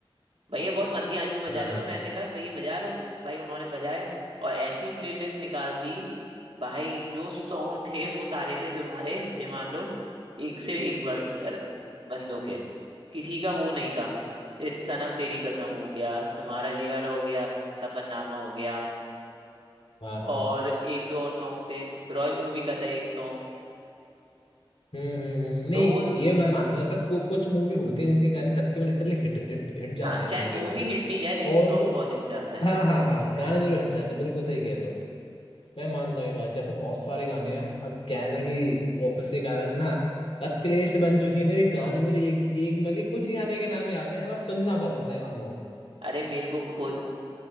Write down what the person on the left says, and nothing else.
हाँ
हाँ
हाँ हाँ
हम्म हम्म, हम्म, नहीं
ये मैं मानता हूँ सब कुछ मूवी होती है जिनके गाने सच्ची में लिटरली हिट हिट हिट जाते
हैं
उनके
गाने
और
उनको
हाँ हाँ हाँ गाने जरूर हिट जाते हैं बिल्कुल सही कह रहे हो मैं मानता हूँ ये बात जैसे बहुत सारे गाने हैं अब क्या है ना कि ऑफिस के कारण ना बस प्लेलिस्ट बन चुकी है मेरी गाने मुझे एक एक मतलब कि कुछ ही गाने के नाम याद हैं बस सुनना पसंद है गानों को